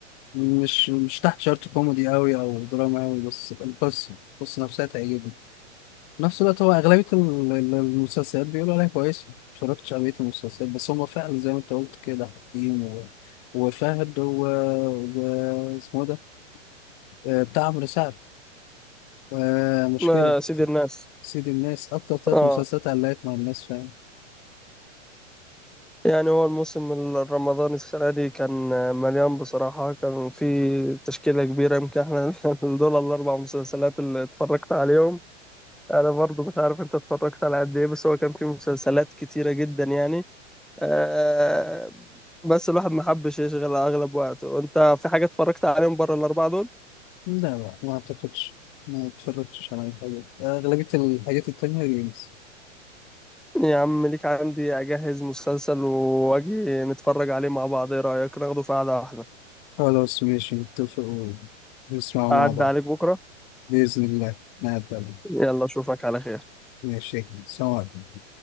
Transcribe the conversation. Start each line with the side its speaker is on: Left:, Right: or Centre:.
Left: مش مش تحت شرط كوميدي قوي او دراما قوي بس القصة القصة نفسها تعجبني في نفس الوقت هو اغلبية ال- ال- المسلسلات بيقولوا عليها كويسة متفرجتش على بقية المسلسلات بس هما فعلا زي ما انت قلت كده حكيم و... وفهد و... و... اسمه ده آه، بتاع عمرو سعد آه، مشكلة
Centre: ما سيد الناس
Left: سيد الناس أكتر تلات
Centre: آه
Left: مسلسلات علقت مع الناس فعلا
Centre: يعني هو الموسم الرمضاني السنة دي كان مليان بصراحة كان في تشكيلة كبيرة يمكن احنا <laughs> دول الأربع مسلسلات اللي اتفرجت عليهم أنا برضو مش عارف أنت اتفرجت على قد إيه بس هو كان في مسلسلات كتيرة جدا يعني أه بس الواحد ما حبش يشغل أغلب وقته وأنت في حاجة اتفرجت عليهم بره الأربعة دول؟
Left: لا لا ما أعتقدش ما اتفرجتش على أي حاجة أغلبية الحاجات التانية جيمز
Centre: يا عم ليك عندي أجهز مسلسل وأجي نتفرج عليه مع بعض إيه رأيك ناخده في قعدة واحدة
Left: خلاص ماشي نتفق ونسمعوا
Centre: أعد
Left: مع بعض
Centre: عليك بكرة
Left: بإذن الله ما أتقابل
Centre: يلا أشوفك على خير
Left: ماشي سلام عليكم.